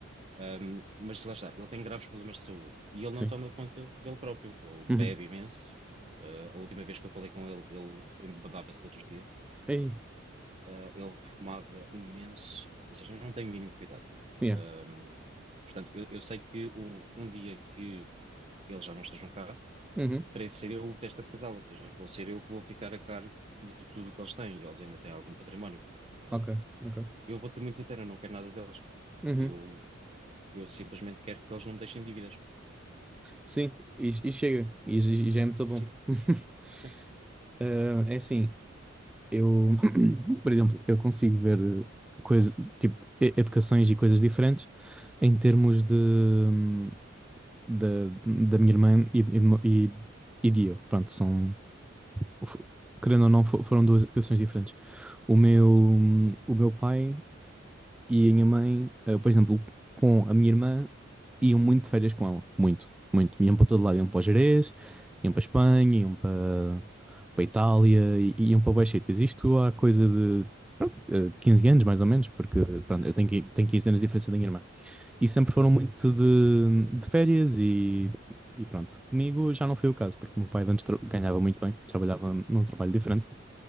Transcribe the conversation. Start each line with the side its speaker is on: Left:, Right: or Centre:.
Right: Ahm, mas lá está, ele tem graves problemas de saúde e ele
Centre: Sim.
Right: não toma conta dele próprio. Ele bebe
Centre: Uhum.
Right: imenso. Ah, a última vez que eu falei com ele, ele embebava-se todos os dias.
Centre: Ei,
Right: Ah, ele fumava imenso, ou seja, não tem o mínimo cuidado.
Centre: yeah.
Right: Ahm, portanto, eu, eu sei que o- um dia que ele já não esteja cá,
Centre: Uhum.
Right: terei de ser eu o testa de casal, ou seja, vou ser eu que vou ficar a cargo de tudo o que eles têm, e eles ainda têm algum património.
Centre: Ok, ok.
Right: Eu vou ser muito sincero, eu não quero nada deles.
Centre: Uhum.
Right: Eu, eu simplesmente quero que eles não me deixem dívidas.
Centre: Sim, e, e chega. E, j- e já é muito bom.
Right: Sim,
Centre: <laughs>
Right: sim,
Centre: Eh, é assim, eu, <coughs> <clears throat> por exemplo, eu consigo ver eh, coisa, tipo, e- educações e coisas diferentes em termos de, hum, da da minha irmã e, e, e, e de eu. Pronto, são, f- querendo ou não, fo- foram duas educações diferentes. O meu,
Right: sim,
Centre: o meu pai e a minha mãe, eh, por exemplo, com a minha irmã, iam muito de férias com ela. Muito, muito. Iam para todo lado. Iam para o Jerez, iam para a Espanha, iam para, para a Itália, i- iam para vários sítios. Isto há coisa de pronto, eh, 15 anos, mais ou menos, porque pronto, eu tenho, qui- tenho 15 anos de diferença da minha irmã. E sempre foram muito de, de férias e, e pronto. Comigo já não foi o caso, porque o meu pai de antes tra- ganhava muito bem, trabalhava num trabalho diferente.